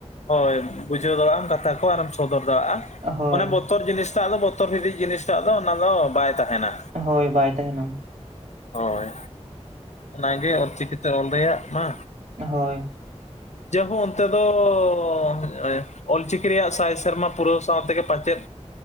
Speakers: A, on the left; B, on the right.
A: ᱦᱳᱭ ᱵᱩᱡᱷᱟᱹᱣ ᱫᱟᱲᱮᱭᱟᱜᱼᱟ ᱟᱢ ᱠᱟᱛᱷᱟ ᱠᱚ ᱟᱨᱮᱢ ᱥᱚᱫᱚᱨ ᱫᱟᱲᱮᱭᱟᱜᱼᱟ
B: ᱦᱳᱭ
A: ᱢᱟᱱᱮ ᱵᱚ ᱵᱚᱛᱚᱨ ᱡᱤᱱᱤᱥ ᱴᱟᱜ ᱫᱚ ᱵᱚᱛᱚᱨ ᱵᱷᱤᱛᱤ ᱡᱤᱱᱤᱥ ᱴᱟᱜ ᱫᱚ ᱚᱱᱟ ᱫᱚ ᱵᱟᱭ ᱛᱟᱦᱮᱱᱟ᱾
B: ᱦᱳᱭ ᱵᱟᱭ ᱛᱟᱦᱮᱱᱟ᱾
A: ᱦᱳᱭ, ᱚᱱᱟᱜᱮ ᱚᱞᱪᱤᱠᱤ ᱛᱮ ᱚᱞ ᱨᱮᱭᱟᱜ ᱢᱟ
B: ᱦᱳᱭ᱾
A: ᱡᱟᱭᱦᱳ ᱚᱱᱛᱮ ᱫᱚ ᱛᱚ ᱚᱞᱪᱤᱠᱤ ᱨᱮᱭᱟᱜ ᱥᱟᱭ ᱥᱮᱨᱢᱟ ᱯᱩᱨᱟᱹᱣ ᱥᱟᱶᱛᱮ ᱜᱮ ᱯᱟᱪᱮᱫ